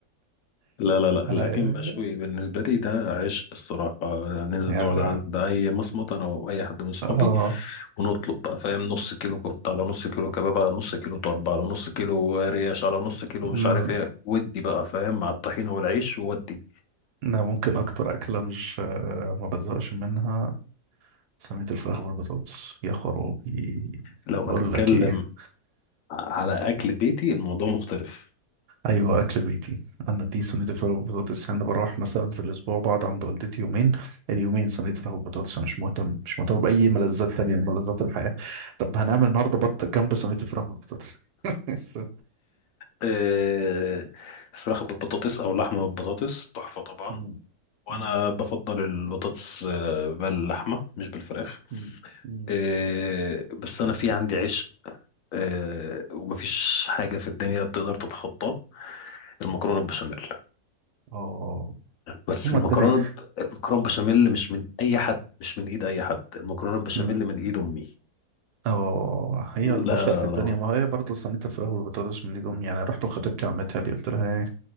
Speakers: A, on the left (about 65°); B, on the right (about 80°).
A: لا لا لا الأكل
B: انا
A: المشوي بالنسبة لي ده عشق الصراحة ننزل
B: يعني
A: نقعد عند أي مصمت أنا وأي حد من صحابي
B: اه
A: ونطلب بقى فاهم نص كيلو كفتة على نص كيلو كباب على نص كيلو طرب على نص كيلو ريش على نص كيلو مش
B: أمم،
A: عارف إيه ودي بقى فاهم مع الطحينة والعيش وودي
B: انا ممكن اكتر اكله مش آه، ما بزهقش منها صينيه الفراخ بالبطاطس يا خرابي
A: لو هتتكلم
B: بقول لك ايه
A: على أكل بيتي الموضوع مختلف
B: ايوه اكل بيتي انا دي صينيه الفراخ بالبطاطس يعني انا بروح مثلا في الاسبوع بقعد عند والدتي يومين اليومين صينيه فراخ بالبطاطس انا مش مهتم مش مهتم باي ملذات تانية من ملذات الحياه طب هنعمل النهارده بط جنب صينيه الفراخ بالبطاطس <laughs>
A: آه، فراخ بالبطاطس أو لحمة بالبطاطس تحفة طبعا
B: أمم،
A: وأنا
B: أمم،
A: بفضل البطاطس آه، باللحمة مش بالفراخ
B: أمم، أمم.
A: آه، بس انا في عندي عشق آه، ومفيش حاجه في الدنيا بتقدر تتخطاه المكرونه البشاميل
B: اه
A: بس
B: هما
A: المكرونه
B: الدنيا
A: ب... المكرونه البشاميل مش من اي حد مش من ايد اي حد المكرونه البشاميل
B: مم.
A: من ايد امي
B: اه هي البشر
A: لا لا
B: في الدنيا
A: لا
B: ما هي برضه صينية الفراخ والبطاطس من ايدهم يعني رحت لخطيبتي عمتها لي قلت لها ايه